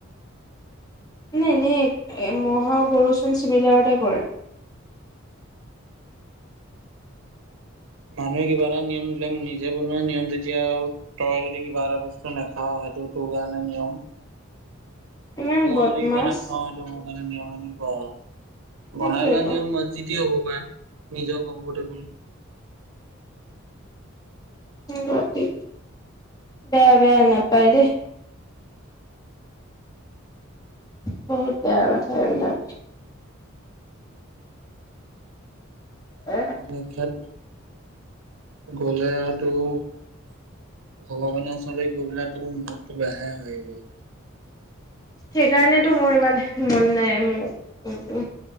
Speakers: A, on the left; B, on the right.
A: মানে এনেই মহ-গৰু চোন চিবিলাৰতে পৰে।
B: মানুহে কিবা এটা নিয়ম বিলাক নিজে বনোৱা নিয়ম যেতিয়া আও তই যদি কিবা এটা বস্তু নাখাৱ। সেইটো তোৰ কাৰণে নিয়ম।
A: ইমান
B: মই
A: বদমাছ
B: যদি কিবা নাখাওঁ সেইটো মো মানে নিয়ম এনেকুৱা
A: সেইটোৱেতো
B: বনাই লোৱা নিয়ম আ যিটি হ'ব পাৰে। নিজৰও কমফৰ্টেবল।
A: বাকি বেয়া বেয়া নাপাই দে। বহুত বেয়া কথা এইবিলাক। এ
B: কমাখ্যাত গ'লে আৰু টো ভগৱানৰ ওচৰলৈ গৈ পেল তো মৰততটো বোহে হৈ আহিব।
A: সেইকাৰণেতটো মোৰ ইমান মন নাই উ